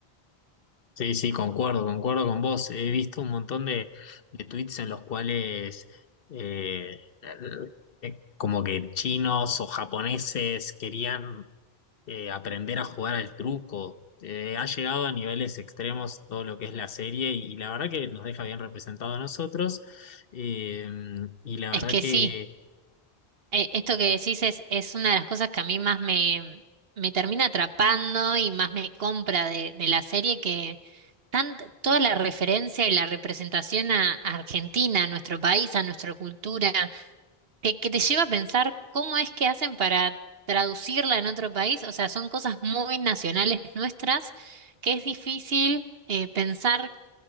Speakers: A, on the left; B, on the right.
A: Sí, sí, concuerdo, concuerdo con vos. He visto un montón de, de tweets en los cuales eh, eh, como que chinos o japoneses querían eh, aprender a jugar al truco. Eh, ha llegado a niveles extremos todo lo que es la serie y, la verdad que nos deja bien representado a nosotros. Eh, y la
B: Es
A: verdad
B: que
A: que
B: sí. Eh, Esto que decís es, es una de las cosas que a mí más me, me termina atrapando y más me compra de, de la serie, que tan, toda la referencia y la representación a, a Argentina, a nuestro país, a nuestra cultura, que, que te lleva a pensar cómo es que hacen para traducirla en otro país. O sea, son cosas muy nacionales nuestras que es difícil eh, pensar